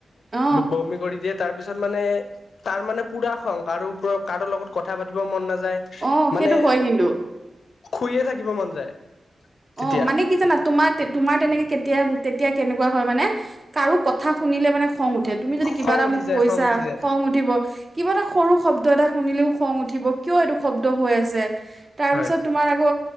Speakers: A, on the right; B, on the left.
A: অ
B: বমি কৰি দিয়ে। তাৰ পিছত মানে তাৰ মানে পুৰা খং কাৰো ওৰত কাৰো লগত কথা পাতিব মন নাযায়।
A: অ
B: মানে
A: সেইটো হয় কিন্তু
B: শুইয়ে থাকিব মন যায়। তেতিয়া
A: অ মানে কি জানা তোমাৰ তোমাৰ তেনেকে। তেতিয়া কেনেকুৱা হয়। মানে কাৰো কথা শুনিলে মানে খং উঠে। উঠে তুমি যদি কিবা
B: খং
A: এটা
B: উঠি
A: মোক
B: যায়
A: কৈছা
B: খং উঠি যায়
A: খং উঠিব। কিবা এটা সৰু শব্দ এটা শুনিলেও খং উঠিব কিয়। এইটো শব্দ হৈ আছে। তাৰ
B: হয়
A: পিছত তোমাৰ আকৌ